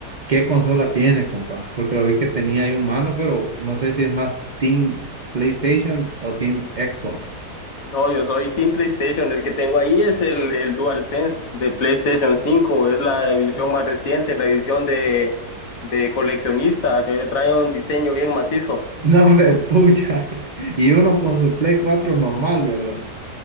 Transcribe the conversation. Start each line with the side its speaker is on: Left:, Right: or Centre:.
Right: ¿qué consola tiene, compa? Porque lo vi que tenía ahí un mano, pero no sé si es más Team PlayStation o Team Xbox.
Left: No, yo soy Team PlayStation. El que tengo ahí es el, el DualSense de PlayStation 5. Es la edición más reciente, la edición de, de coleccionista, que trae un diseño bien macizo.
Right: No, hombre, pucha. Y uno con su Play cuatro normal, ¿verdad?